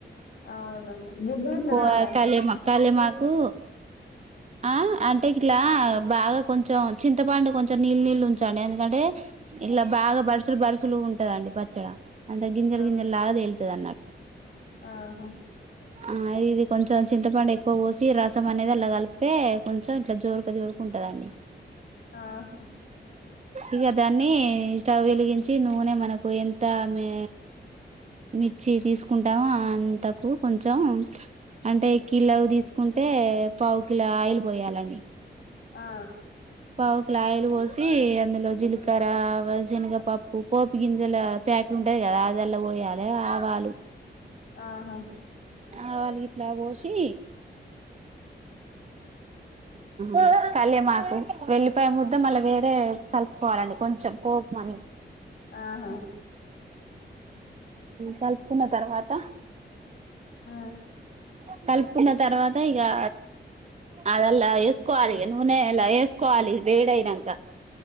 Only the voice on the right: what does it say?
కో
కాలేమా,
కాలేమాకు
ఆ అంటే ఇట్లా బాగా కొంచెం చింతపండు, కొంచెం నీళ్ళు నీళ్ళు ఉంచండి ఎందుకంటే ఇలప్ బాగా బరుసలు బరుసులు ఉంటదండి పచ్చడి అంత గింజలు
గింజలు లాగా తేలుతది అన్నట్టు,
ఆ అది ఇది కొంచెం చింతపండు ఎక్కువ పోసి రసం అనేది అలా కలిపితే కొంచెం ఇట్లా జోరక జోరుకుంటు, ఉంటదండి
ఇగా దాన్ని స్టవ్ వెలిగించి నూనె మనకు ఎంత మీ మిర్చి తీసుకుంటామో అంతకు కొంచెం అంటే కిలకు తీసుకుంటే పావు కిల ఆయిల్ పోయాలండి,
పావు కిల ఆయిల్ పోసి అందులో జీలకర్ర శనగపప్పు పోపు గింజలు ప్యాకేట్ ఉంటది కదా అది అలా పోయాలి ఆవాలు,
ఆవాలు గిట్ల పోసి, ఆ కాలేమాకు వెళ్లిపాయ ముద్ద మళ్ళీ వేరే కలుపుకోవాలండి కొంచెం పోపు మం
కలుపుకున్న తర్వాత
కలుపుకున్న తర్వాత ఇగా అదలా ఎస్కోవాలి నూనెలా ఎస్కోవాలి వేడి ఐనాక